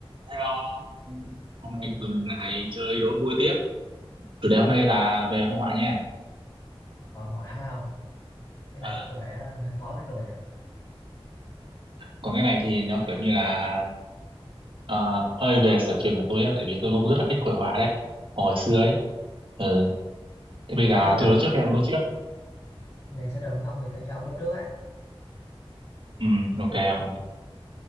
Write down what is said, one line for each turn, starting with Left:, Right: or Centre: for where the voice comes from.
Right: Hello, hôm nay thì tụi mình lại chơi đố vui tiếp. Chủ đề hôm nay là về hội họa nha.
Left: hội họa hay không cái
Right: Ờ,
Left: này có vẻ hơi khó với tôi nhỉ
Right: Còn cái này thì nó kiểu như là ờ, hơi về sở trường của tôi á, tại vì tôi cũng rất là thích hội họa đấy. Hồi xưa ấy. Ừ. Thế bây giờ
Left: thế giờ
Right: tôi đố trước hay ông đố trước?
Left: này sở trường của ông thì tôi cho ông đốt trước ấy
Right: Ừ, ok ông.